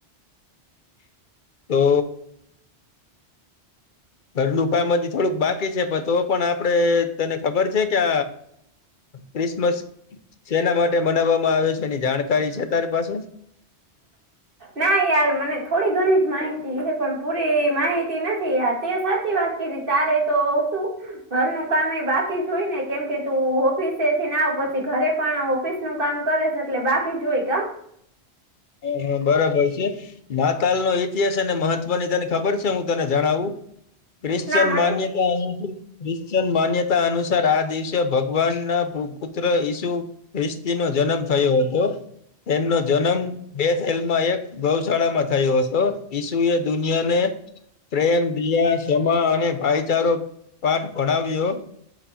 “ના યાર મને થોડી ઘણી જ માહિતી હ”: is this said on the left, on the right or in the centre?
Right